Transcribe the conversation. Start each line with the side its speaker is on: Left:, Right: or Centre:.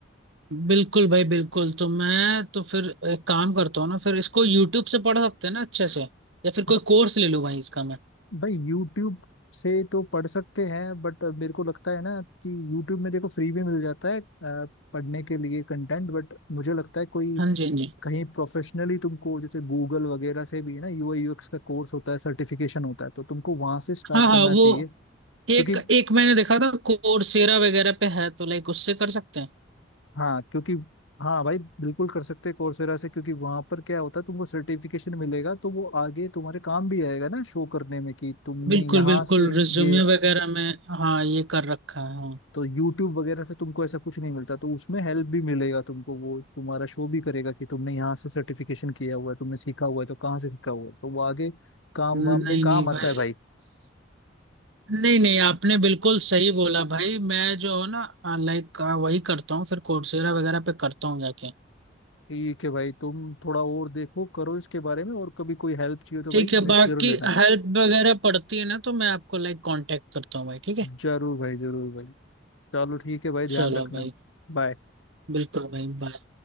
Right: बिल्कुल भाई बिल्कुल तो मैं तो फिर एक काम करता हूँ ना फिर इसको यूट्यूब से पढ़ सकते हैं ना अच्छे से या फिर कोई
Left: हाँ,
Right: कोर्स ले लूँ भाई इसका मैं
Left: भाई यूट्यूब से तो पढ़ सकते हैं बट मेरे को लगता है ना कि यूट्यूब में देखो फ्री भी मिल जाता है अ, पढ़ने के लिए कंटेंट बट मुझे लगता है कोई
Right: हाँ जी हाँ जी
Left: कहीं प्रोफेशनली तुमको जैसे गूगल वगैरह से भी है ना यूआई यूएक्स का कोर्स होता है सर्टिफिकेशन होता है तो तुमको वहां से स्टार्ट
Right: हाँ हाँ
Left: करना
Right: वो
Left: चाहिए क्योंकि
Right: एक एक मैंने देखा था कोर्सेरा वगैरह पे है तो लाइक उससे कर सकते हैं
Left: हाँ क्योंकि हाँ भाई बिल्कुल कर सकते हैं कोर्सेरा से क्योंकि वहां पर क्या होता है तुमको सर्टिफिकेशन मिलेगा तो वो आगे तुम्हारे काम भी आएगा ना शो करने में कि तुमने
Right: बिल्कुल
Left: यहाँ
Right: बिल्कुल
Left: से
Right: रिज्यूमे
Left: ये
Right: वगैरह में हाँ ये कर रखा है हाँ
Left: तो यूट्यूब वगैरह से तुमको ऐसा कुछ नहीं मिलता तो उसमें हेल्प भी मिलेगा तुमको वो तुम्हारा शो भी करेगा कि तुमने यहाँ से सर्टिफिकेशन किया हुआ है तुमने सीखा हुआ है तो कहाँ से सीखा हुआ है तो वो आगे काम
Right: नहीं
Left: वाम में काम
Right: नहीं
Left: आता
Right: भाई
Left: है भाई
Right: नहीं नहीं आपने बिल्कुल सही बोला भाई मैं जो हूँ ना हाँ, लाइक हाँ, वही करता हूँ फिर कोर्सेरा वगैरह पे करता हूँ जाके
Left: ठीक है भाई तुम थोड़ा और देखो करो इसके बारे में और कभी कोई हेल्प चाहिए तो
Right: ठीक
Left: भाई मेरे
Right: है बाकी
Left: से जरूर लेना
Right: हेल्प वगैरह पड़ती है ना तो मैं आपको लाइक कांटेक्ट करता हूँ भाई ठीक है
Left: जरूर भाई जरूर भाई चलो ठीक है भाई ध्यान
Right: चलो
Left: रखना
Right: भाई
Left: बाय
Right: बिल्कुल भाई बाय